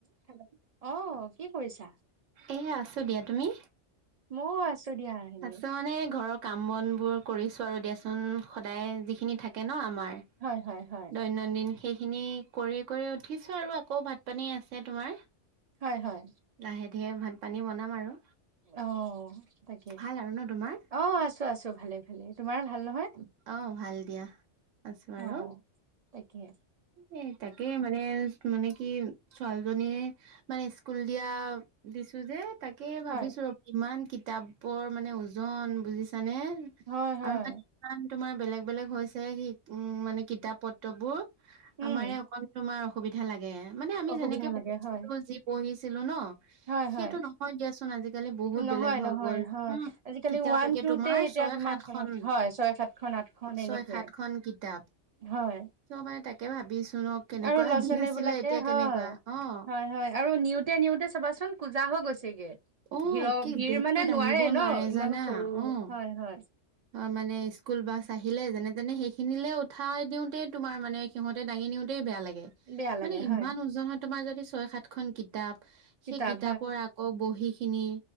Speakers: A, on the right (about 50°); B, on the right (about 90°).
A: Hello. অহ, কি কৰিছা?
B: এ আছো দিয়া। তুমি?
A: ময়ো আছো দিয়া এনেই
B: আছো মানে ঘৰত কাম বনবোৰ কৰিছো আৰু দিয়াচোন সদায়যিখিনি থাকে। থাকে ন' আমাৰ।
A: হয় হয় হয়
B: দৈনন্দিন শেষ খিনি কৰি-কৰি উঠিছো আৰু আকৌ ভাত পানী আছে তোমাৰ।
A: হয়, হয়।
B: লাহে ধীৰে ভাত পানী বনাম আৰু।
A: অহ, তাকে।
B: ভাল আৰু ন তোমাৰ
A: অহ, আছোঁ আছোঁ ভালে-ভালে। তোমাৰ ভাল নহয়?
B: অহ, ভাল দিয়া। আছো আৰু
A: অহ, তাকে।
B: এ তাকে মানে <unintelligible> মানে কি ছোৱালীজনীয়ে মানে স্কুল দিয়া, দিছো যে। তাকে ভাবিছোঁ
A: হয়
B: আৰু ইমান কিতাপৰ মানে ওজন বুজিছানে।
A: হয় হয়
B: আৰু মানে ইমান তোমাৰ বেলেগ বেলেগ হৈছে সি উম, মানে কিতাপ পত্ৰবোৰ।
A: উম,
B: আমাৰে অকন তোমাৰ অসুবিধা লাগে। মানে আমি
A: অসুবিধা
B: যেনেকে
A: লাগে
B: পঢ়িছিলোঁ,
A: হয়
B: যি পঢ়িছিলোঁ ন'
A: হয়
B: সেইটো
A: হয়
B: নহয় দিয়াচোন আজি আজিকালি বহুত
A: নহয়
B: বেলেগ হৈ
A: নহয়
B: গ'ল
A: হয়
B: হম,
A: আজিকালি
B: কিতাপে
A: ওৱান টুতে
B: তোমাৰ
A: এতিয়া
B: ছয়
A: তোমাৰ
B: সাতখন।
A: হয় ছয় সাতখন আঠখন এনেকে
B: ছয় সাতখন কিতাপ।
A: হয়।
B: মানে তাকে ভাবিছো ন' কেনেকুৱা
A: আৰু ল'ৰা ছোৱালী
B: দিন আছিলে
A: বিলাকে
B: এতিয়া
A: হয়
B: কেনেকুৱা অহ।
A: হয় হয় আৰু নিওঁতে নিওঁতে চাবাচোন কূজা হৈ গৈছেগে।
B: অ
A: ভিৰ-ভিৰ
B: একে বেগটো
A: মানে
B: দাঙিব
A: নোৱাৰে ন' ইমান
B: জানা
A: সৰু
B: অ
A: হয়, হয়।
B: হয়, মানে স্কুল বাছ আহিলে যেনে-তেনে সেই খিনিলে উঠাই দিওঁতেই তোমাৰ মানে সিহতে দাঙি নিওঁতেই বেয়া লাগে,
A: বেয়া
B: মানে
A: লাগে
B: ইমান
A: হয়
B: উজনত তোমাৰ যদি ছয় সাতখন কিতাপ
A: কিতাপ
B: সেই কিতাপৰ আকৌ বহিখিনি।